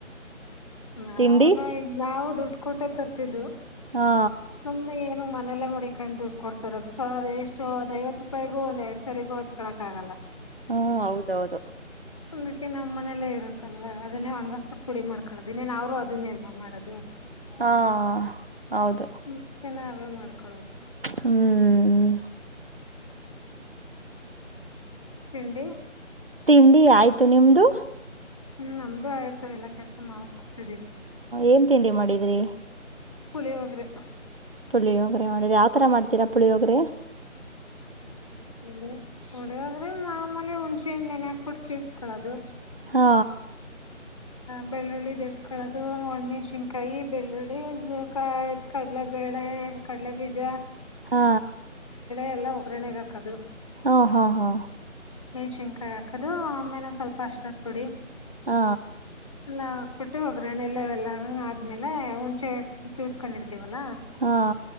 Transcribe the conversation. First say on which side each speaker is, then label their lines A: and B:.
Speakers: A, on the left; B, on the right.
A: ನಾವನು
B: ತಿಂಡಿ
A: ಈ ನಾವು ದುಡ್ಡು ಕೊಟೆ ತರ್ತಿದ್ದು
B: ಹಾ
A: ಸು ಏನ ನ್ನೆಲ್ಲಾ ಮಾಡಡಿ ಕಂಡ್ ದುಡ್ ಕೊಡ್ತಾರ ಅದು ಸ ಅ ಎಷ್ಟ ಒಂದ ಐವತ್ತು ರೂಪಾಯಿಗೂ ಒಂದ ಎರಡ್ ಸಾರಿಗೂ ಹಚ್ಕಳಕಕ್ಕಗಲ್ಲ
B: ಹಾ ಹೌದೌದು
A: ಅಂದಕ್ಕೆ ನಮ್ಮ್ ಮನೇಲ್ಲೇ ಇರುತ್ತಲ್ವ ಅದನ್ನೇ ಒಣಗಿಸಬಿಟ್ಟು ಪುಡಿ ಮಾಡ್ಕೊಳ್ಳೋದನೇನ್ ಅವ್ರು ಅದನ್ನೇ ಅಲ್ವಾ ಮಾಡೋದು
B: ಹಾ ಹೌದು
A: ಅದಕ್ಕೆ ನಾವೇ ಮಾಡ್ಕೊಳ್ಳೋದು
B: ಹ್ಮ್ ಹ್ಮ್
A: ತಿಂಡಿ
B: ತಿಂಡಿ ಆಯ್ತು ನಿಮ್ದು
A: ಹ್ಮ್ ನಮ್ದು ಆಯ್ತು ಎಲ್ಲಾ ಕೆಲ್ಸ ಮಾಡ ಕುೂತಿದಿ
B: ಏನ್ ತಿಂಡಿ ಮಾಡಿದ್ರಿ
A: ಪುಳಿ ಹೋಗ್ರೆ
B: ಪುಳಿಯ ಹೋಗ್ರೆ ಮಾಡುದು ಯಾವ್ತರ ಮಾಡ್ತೀರಾ ಪುಳಿಯ ಹೋಗ್ರೆ
A: ಹೊಳ ಹೊಳಿಯ ಆದ್ರೆ ಮಾಮಲೆ ಹುಣ್ಸೆ ಹಣ್ಣ ನೆನೆ ಹಾಕ್ಬಿಟ್ಟು ಕಳ್ಚ್ಕಳದು
B: ಹಾ
A: ಬೆಳ್ಳುಳ್ಳಿ ಜಸ್ಕೊಳ್ಳೋದು ಒಣ್ಮೆ ಶಿನ್ಕಾಯಿ ಬೆಳ್ಳುಳ್ಳಿಕಾಯಿ ಕಡಲೆ ಬೇಳೆ ಕಡ್ಲೆ ಬೀಜ
B: ಹಾ
A: ಎಲ್ಲ ಒಗ್ಗರಣೆೆಗೆ ಹಾಕದು
B: ಹಾ ಹಾ ಹಾ
A: ಶಿನ್ಕಾಯಿ ಹಾಕದು ಆಮೇಲೆ ಒಂದ ಸ್ವಲ್ಪ ಅಶ ಕುಡಿ
B: ಹಾ
A: ಎಲ್ಲ ಹಾ ಕೊಟ್ಟು ಹೋಗ್ರಣ ಎಲ್ಲವೆಲ್ಲ ಆದ್ಮೇಲೆ ಹುಣ್ಸೆ ಕ್ಯೂತ್ಕೊಂಡಿಡ್ತ ಲ್ಲ
B: ಹಾ